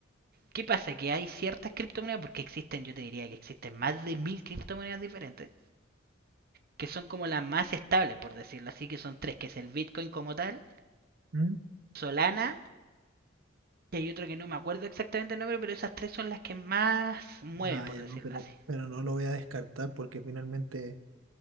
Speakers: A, on the right; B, on the right.
A: ¿Qué pasa? Que hay ciertas criptomonedas, porque existen, yo te diría que existen más de mil criptomonedas diferentes, que son como las más estables, por decirlo así, que son tres, que es el Bitcoin como tal,
B: ¿Mm?
A: Solana, y hay otro que no me acuerdo exactamente el nombre, pero esas tres son las que más mueven,
B: Ah,
A: por
B: ya
A: decirlo
B: no, pero,
A: así.
B: pero no lo voy a descartar porque finalmente,